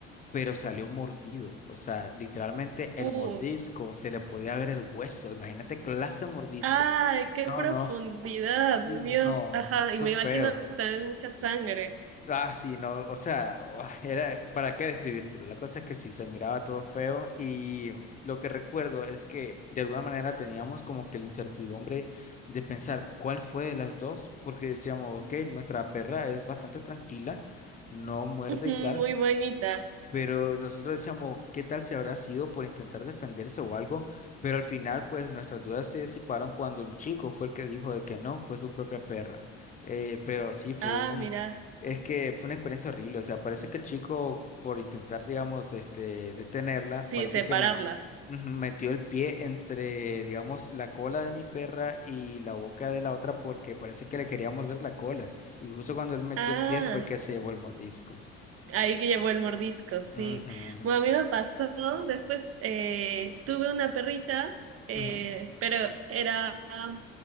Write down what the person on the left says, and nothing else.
pero salió mordido. O sea, literalmente el
mordisco, se le podía ver el hueso. Imagínate clase de mordisco.
No,
no, sí,
no,
fue
feo.
Ah, sí, no, o sea, <laughs> era, ¿para qué describírtelo? La cosa es que sí, se miraba todo feo y lo que recuerdo es que de alguna manera teníamos como que la incertidumbre de pensar cuál fue de las dos, porque decíamos, ok, nuestra perra es bastante tranquila, no muerde
y tal.
Pero nosotros decíamos, ¿qué tal si habrá sido por intentar defenderse o algo? Pero al final, pues nuestras dudas se disiparon cuando el chico fue el que dijo de que no, fue su propia perra. Eh, pero sí, fue
un,
es que fue una experiencia horrible. O sea, parece que el chico, por intentar, digamos, este, detenerla,
parece
que me, ujú, metió el pie entre, digamos, la cola de mi perra y la boca de la otra porque parece que le quería morder la cola. Y justo cuando él metió
el pie fue que se llevó el mordisco.
Ujú,
ujú.